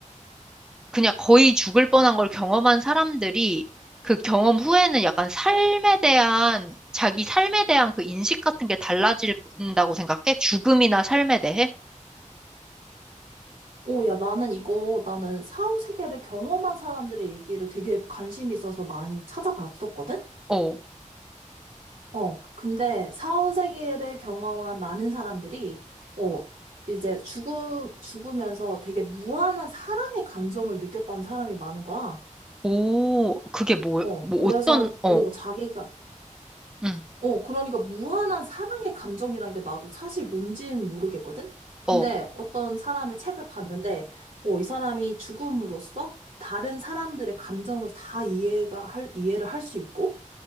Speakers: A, in the centre; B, on the right.
A: 그냥 거의 죽을 뻔한 걸 경험한 사람들이 그 경험 후에는 약간 삶에 대한, 자기 삶에 대한 그 인식 같은 게 달라진다고 생각해? 죽음이나 삶에 대해?
B: 오, 야, 나는 이거, 나는 사후 세계를 경험한 사람들의 얘기를 되게 관심 있어서 많이 찾아봤었거든?
A: 어,
B: 어, 근데 사후 세계를 경험한 많은 사람들이, 어, 이제 죽음, 죽으면서 되게 무한한 사랑의 감정을 느꼈다는 사람이 많은 거야.
A: 오, 그게 뭐,
B: 어,
A: 뭐
B: 그래서,
A: 어떤, 어,
B: 어, 자기가,
A: 응,
B: 어, 그러니까 무한한 사랑의 감정이라는 게 나도 사실 뭔지는 모르겠거든? 근데
A: 어,
B: 어떤 사람의 책을 봤는데, 어, 이 사람이 죽음으로써 다른 사람들의 감정을 다 이해가 할, 이해를 할 수 있고,